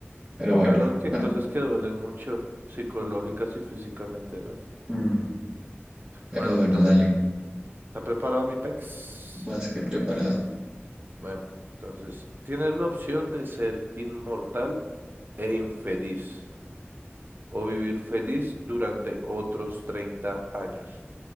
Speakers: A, on the right; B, on the right.
A: Pero bueno,
B: Claro que hay
A: bueno,
B: cosas que duelen mucho psicológicas y físicamente, ¿no?
A: mm, pero
B: Bueno,
A: bueno,
B: me toca.
A: dale,
B: ¿Está preparado mi pex?
A: más que preparado.
B: Bueno, entonces, tienes la opción de ser inmortal e infeliz. o vivir feliz durante otros 30 años.